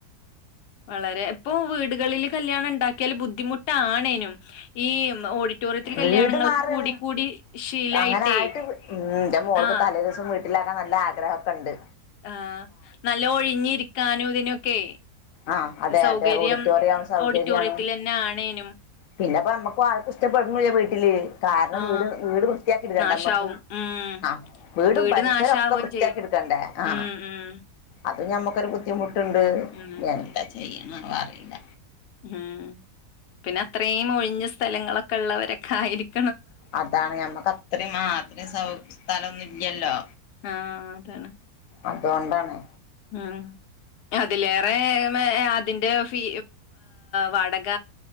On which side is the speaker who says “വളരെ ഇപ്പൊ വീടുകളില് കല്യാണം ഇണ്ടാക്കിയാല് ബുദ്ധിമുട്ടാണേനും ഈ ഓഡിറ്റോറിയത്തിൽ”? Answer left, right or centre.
Left